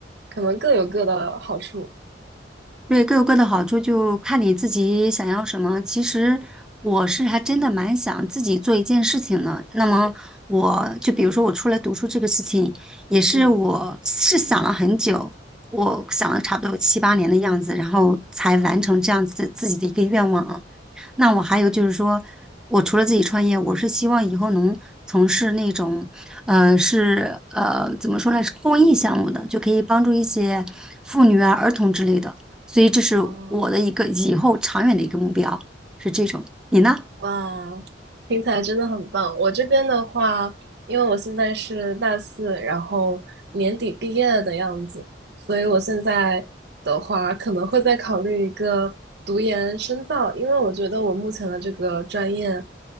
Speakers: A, on the right; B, in the centre.
A: 可能各有各的好处。
B: 对，各有各的好处，就看你自己想要什么。其实我是还真的蛮想自己做一件事情的。那么我就比如说我出来读书这个事情，也是我是想了很久，
A: 嗯，
B: 我想了差不多有七八年的样子，然后才完成这样子自己的一个愿望啊。
A: 哇，
B: 那我还有就是说，我除了自己创业，我是希望以后能从事那种，呃，是呃，怎么说呢，是公益项目的，就可以帮助一些妇女啊、儿童之类的。所以这是我的一个以后长远的一个目标，
A: 哦。
B: 是这种。你呢？
A: 哇，听起来真的很棒。我这边的话，因为我现在是大四，然后年底毕业的样子，所以我现在的话可能会再考虑一个读研深造，因为我觉得我目前的这个专业